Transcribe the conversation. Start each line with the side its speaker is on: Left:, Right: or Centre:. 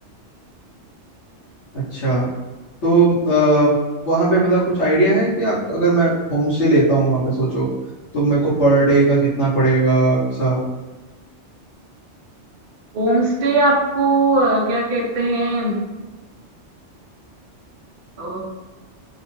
Left: अच्छा तो आ, वहाँ पे मतलब कुछ आइडिया है कि आप अगर मैं होम स्टे लेता हूँ वहाँ पे सोचो तो मेरे को पर डे का कितना पड़ेगा ऐसा
Right: होम स्टे आपको अ, क्या कहते हैं अ,